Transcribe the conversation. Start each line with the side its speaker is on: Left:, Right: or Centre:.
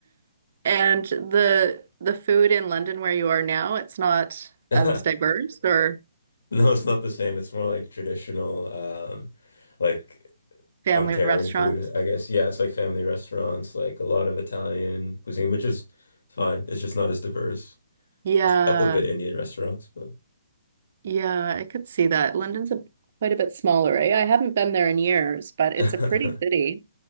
Right: And the the food in London where you are now, it's not
Left: <laughs> No,
Right: as diverse or
Left: it's not the same. It's more like traditional, um, like
Right: family
Left: Ontarian
Right: restaurants.
Left: food, I guess. Yeah, it's like family restaurants, like a lot of Italian cuisine, which is fine. It's just not as diverse.
Right: Yeah,
Left: A couple good Indian restaurants, but
Right: yeah, I could see that. London's a quite a bit smaller, eh? I haven't been there in years, but it's
Left: <laughs> yeah,
Right: a pretty city.